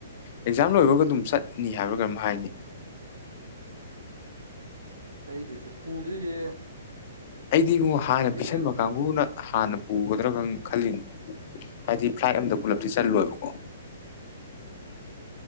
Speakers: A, on the left; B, on the right.
A: ꯑꯦꯛꯖꯥꯝ ꯂꯣꯏꯕꯒ ꯑꯗꯨꯝ ꯆꯠꯅꯤ ꯍꯥꯏꯕꯥ ꯀꯔꯤꯝ ꯍꯥꯏꯅꯤ
B: <unintelligible> ꯑꯩꯗꯨꯁꯨ ꯄꯨꯗꯣꯏꯁꯦ
A: ꯑꯩꯗꯤꯉꯣ ꯍꯥꯟꯅ
B: ꯍꯥꯞꯄꯦꯟꯅ
A: ꯄꯤꯁꯟꯕ ꯀꯥꯡꯕꯨꯅ ꯍꯥꯟꯅ ꯄꯨꯒꯗ꯭ꯔꯥꯒ ꯈꯜꯂꯤꯅꯤ ꯍꯥꯏꯗꯤ ꯐ꯭ꯂꯥꯏꯠ ꯑꯝꯗ ꯄꯨꯂꯞꯇꯤ ꯆꯜꯂꯣꯏꯕꯀꯣ